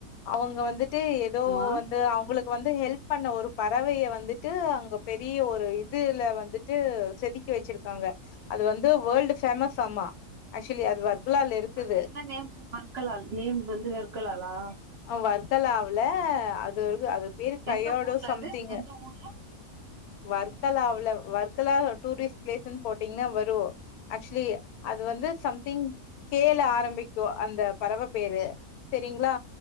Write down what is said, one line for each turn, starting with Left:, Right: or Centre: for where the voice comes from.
Left: அவங்க வந்துட்டு ஏதோ
Right: ஆமா
Left: வந்து அவுங்களுக் கு வந்து ஹெல்ப் பண்ண ஒரு பறவைய வந்துட்டு அங்க பெரிய ஒரு இதுல வந்துட்டு செதுக்கி வச்சிருக் க்காங்க அது வந்து வேல்டு ஃபேமஸ் ஆமா ஆக்சுவலி அது வர்கலால இருக்குது
Right: அது என்ன நேம்ஸ் மற்களால் நேம் வந்து வெர்க்கலாலா
Left: அ வர்க்கலாவுல அது ஒரு அது பேரு கையோடு
Right: எந்த ஊர்ல
Left: சம்திங்கு
Right: அது எந்த ஊர்ல
Left: வர்க்கலாவுல வர்க்கலா ஒரு டூரிஸ்ட் பிளேஸ்ன் போட்டீங்கன்னா வரு ரு அக்சுவலி அது வந்து சம்திங் கே ல ஆரம்பிக்கு அந்த பறவ பேரு செரிங்களா